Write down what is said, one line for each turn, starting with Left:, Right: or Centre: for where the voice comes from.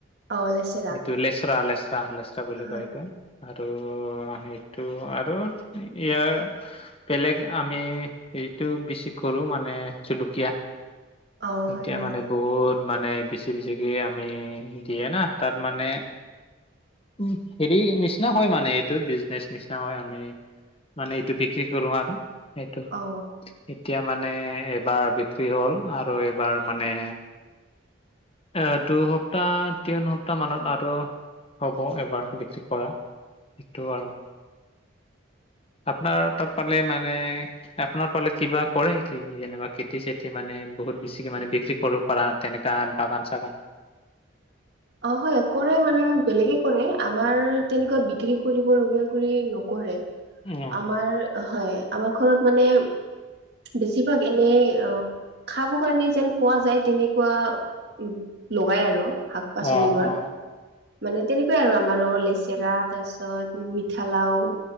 Right: অ লেচেৰা
Left: এইটো লেচৰা লেচৰা লেচৰা বুলি
Right: হয়
Left: কয় ইটো। আৰু সেইটো আৰু ইয়াৰ বেলেগ আমি এইটো বেছি কৰো মানে জলকীয়া
Right: অ
Left: এতিয়া
Right: হয় হয়
Left: মানে বহুত মানে বেছি বেছিকে আমি দিয়ে না? তাত মানে উম। হেৰি নিশ নহয় মানে, এইটো বিজনেছ নিচিনা হয় আমি মানে এইটো বিক্ৰী কৰো আৰু। সেইটো
Right: অ
Left: এতিয়া মানে এইবাৰ বিক্ৰী হ'ল আৰু এইবাৰ মানে এ দুসপ্তাহ তিনি সপ্তাহ মানত আৰু হ'ব এবাৰ বিক্ৰী কৰা। সেইটো আৰু আপোনাৰ তাত পালে মানে আপোনাৰ ফালে কিবা কৰে কি? যেনিবা খেতি চেতি মানে বহুত বেছিকে মানে বিক্ৰী কৰো পাৰা তেনেকা বাগান চাগান
Right: অ হয় কৰে মানে বেলেগে কৰে, আমাৰ তেনেকুৱা বিক্ৰী কৰিব লগীয়া কৰি নকৰে।
Left: অ
Right: আমাৰ হয়। আমাৰ ঘৰত মানে বেছিভাগ এনেই অ খাব কাৰণে যেন পোৱা যায়, তেনেকুৱা লগাই আৰু। শাক পাচলিবোৰ।
Left: অ অ অ
Right: মানে তেনেকুৱাই আৰু আমাৰো লেচেৰা তাৰ পিছত মিঠালাও